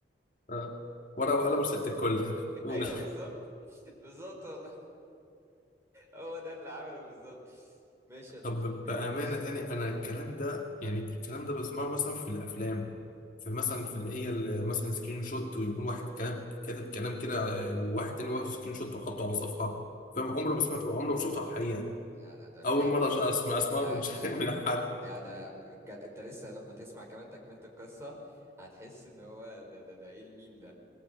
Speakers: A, on the left; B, on the right.
A: ف- ورقه وقلم وست الكل <laughs>
B: <laughs>
A: قول
B: ايوه بالظبط <laughs> بالظبط والله هو ده اللي عمله بالظبط ماشي يا دكتور
A: طب
B: ماشي
A: بامانه تاني انا الكلام ده يعني الكلام ده بسمعه مثلا في الافلام في مثلا في اللي هي ال- مثلا سكرين شوت ويكون واحد كلام كاتب كلام كده على- وواحد تاني واخد سكرين شوت وحطه على صفحه فاهم عمري ما سمعته عمري ما شفته على الحقيقه
B: لا لا ده بجد
A: اول مره اسمع اسمعه
B: ده
A: من
B: ده
A: <laughs> من حد
B: ده ده بجد انت لسه لما تسمع كمان تكملة القصة هتحس ان هو ده ده ده ايه الميم ده